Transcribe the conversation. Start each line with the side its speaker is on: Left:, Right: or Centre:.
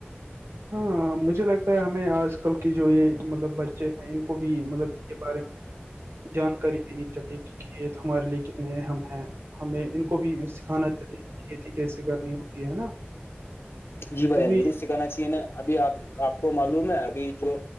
Right: ہاں مجھے لگتا ہے ہمیں آج آج کل کی جو یہ مطلب بچے ہیں ان کو بھی مطلب ان کے بارے میں جانکاری دینی چاہیے کہ کھیت ہمارے لیے کتنے اہم ہیں ہمیں ان کو بھی سکھانا چاہیے یہ تھی کیسے کرنی ہوتی ہے نا
Left: جی بھائی
Right: تبھی
Left: ضرور سکھانا چاہیے نا ابھی آپ آپ کو معلوم ہے ابھی جو